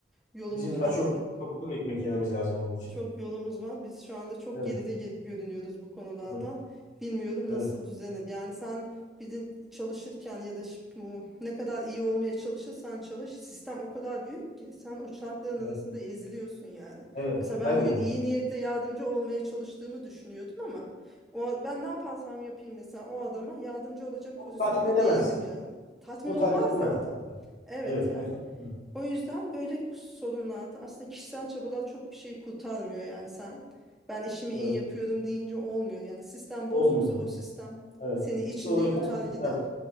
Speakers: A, in the centre; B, on the left.
A: Yolumuz
B: Bizim daha
A: var
B: çok
A: yani.
B: çok çok ekmek yememiz lazım onun için.
A: Çok yolumuz var. Biz şu anda çok
B: Evet,
A: geride ge- görünüyoruz bu konulardan.
B: evet,
A: Bilmiyorum
B: evet,
A: nasıl düzenir. Yani sen bir de çalışırken ya da ş- bu ne kadar iyi olmaya çalışırsan çalış, sistem o kadar büyük ki sen o çarkların
B: evet.
A: arasında eziliyorsun yani.
B: evet.
A: Mesela ben
B: Kayboluyorsun.
A: bugün iyi niyetle yardımcı olmaya çalıştığımı düşünüyordum ama o ben ne yaparsam yapayım mesela o adama yardımcı olacak
B: Onu
A: pozisyonda
B: tatmin edemezsin.
A: değildim yani. Tatmin
B: Onu
A: olmazdı
B: tatmin edemezsin.
A: adam. Evet
B: Evet,
A: yani.
B: onu tatmin edemezsin.
A: O yüzden böyle sorunlarda aslında kişisel çabalar çok bir şey kurtarmıyor yani sen ben işimi
B: Evet,
A: iyi yapıyorum deyince olmuyor yani sistem
B: olmuyor.
A: bozuksa o sistem
B: Evet.
A: seni içinde
B: İşte o
A: yutar
B: yüzden sistem,
A: gider.